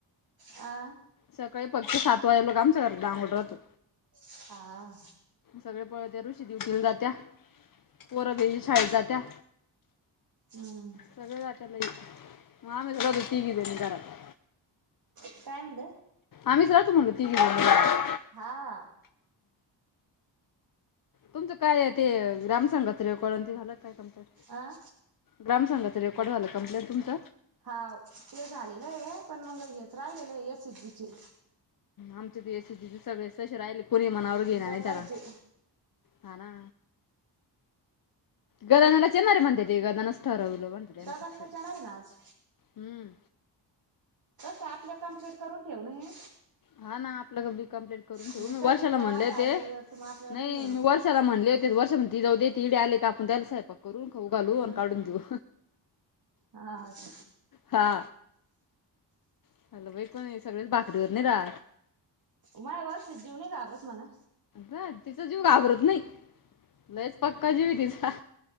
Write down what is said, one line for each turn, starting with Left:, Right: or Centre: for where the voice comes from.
Right: आ..
Left: सकाळी फक्त सात वाजेलोग आमच <inaudible>
Right: हा.
Left: सगळे पळत्या ऋषी दिवटिला जात्या. पोरबेजी शाळेत जात्या.
Right: हम्म.
Left: <unintelligible>
Right: काय म्हणलं?
Left: आम्हीच राहतो म्हणलो तीघी जन
Right: हा.
Left: तुमचं काय आहे ते, ग्राम संघाच रेकॉर्ड तेन झालं काय कम्प्लीट?
Right: आ
Left: ग्राम संघाचा रेकॉर्ड झालं का कम्प्लीट तुमच
Right: हा ते झालेलं आहे पण मग हेच राहिलेलं आहे या सिद्धीचे
Left: आमचे ते <unintelligible> सगळे तसेच राहिले कोणी मनावर घेईना
Right: गटायचे.
Left: नाही त्याला हा ना <unintelligible> ठरवलं म्हणते त्यान
Right: दादा
Left: फिक्स
Right: आणि मी जाणार आहे ना आज
Left: हम्म
Right: ते आपले कम्प्लेट करून ठेव नय
Left: हा ना आपलं बी कम्पलेट करून
Right: म्हणजे
Left: ठेव मी
Right: कधी
Left: वर्षाला
Right: बी जर
Left: म्हणलेय
Right: आले आईन
Left: ते नाही
Right: वेळेवर तर मग आपल्याला गोंधळ
Left: मी
Right: नको.
Left: वर्ष त्याला म्हणले होते, वर्षा म्हणते जाऊ दे तिकडे आले का आपण द्यायचं साहेबा करून खाऊ घालू आणि
Right: अ
Left: काढून देऊ
Right: हा ह
Left: हा. <unintelligible> सगळेच भाकरीवर नाही रा
Right: माय वर्षा जीव नाही घाबरत म्हणा
Left: हा तिचा जीव घाबरत नाही, लयच पक्का जीव आहे तिचा